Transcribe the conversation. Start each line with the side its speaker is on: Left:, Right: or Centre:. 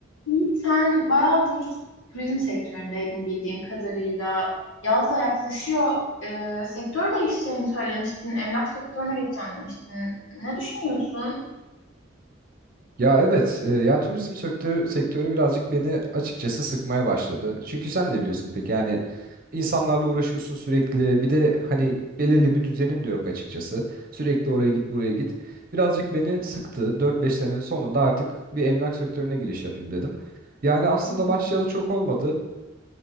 Left: Yiğit, sen bayağıdır turizm sektöründeydin bildiğim kadarıyla. Yaz da yaklaşıyor. Ee, sektör değişeceğini söylemiştin. Emlak sektörüne geçeceğim demiştin. Ne düşünüyorsun?
Right: Ya evet, e, ya turizm sektörü, sektörü birazcık beni açıkçası sıkmaya başladı. Çünkü sen de biliyorsun İpek, yani insanlarla uğraşıyorsun sürekli. Bir de hani belirli bir düzenin de yok açıkçası. Sürekli oraya git, buraya git. Birazcık beni sıktı. Dört 5 senenin sonunda artık bir emlak sektörüne giriş yapayım dedim. Yani aslında
Left: Hı hı.
Right: başlayalı çok olmadı